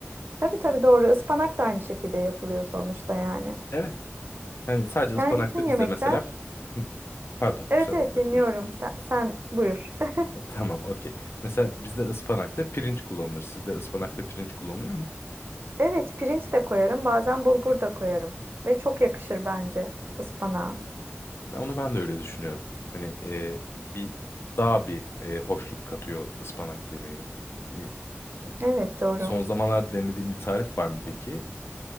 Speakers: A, on the right (about 55°); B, on the left (about 60°).
A: Tabii tabii doğru. Ispanak da aynı şekilde yapılıyor sonuçta yani.
B: Evet. Hani sadece ıspanakta
A: Yani bütün yemekler
B: bizde mesela Hı. Pardon
A: Evet
B: kusura
A: evet
B: bakma
A: dinliyorum.
B: dinliyorum.
A: Sen, sen buyur. <laughs>
B: Ha, Tamam okey. Mesela bizde ıspanakta pirinç kullanılır. Sizde ıspanakta pirinç kullanılıyor mu?
A: Evet pirinç de koyarım. Bazen bulgur da koyarım. Ve çok yakışır bence ıspanağa.
B: Ya Onu ben de öyle düşünüyorum. Hani e, bir daha bir e, hoşluk katıyor ıspanak yemeğine. Hani,
A: Evet doğru.
B: Son zamanlarda denediğim bir tarif var mı peki?